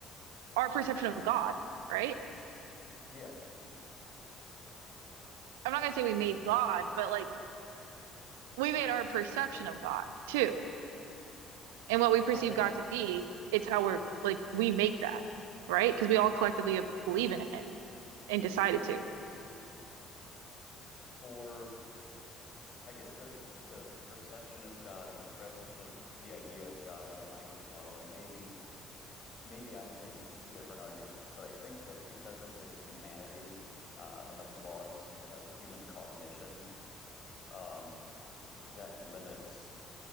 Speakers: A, on the right; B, on the left.
A: our perception of God, right?
B: Yeah.
A: I'm not gonna say we made God, but like we made our perception of God too. and what we
B: I
A: perceive God to be, it's how we're like we make that, right? Because we all collectively believe in it and decided to.
B: for I guess the the perception of God and the presence of the idea of God in a language model are maybe maybe I'm seeing them as two different arguments, but I think that because of the humanity uh, and the flaws in like human cognition, um, that limits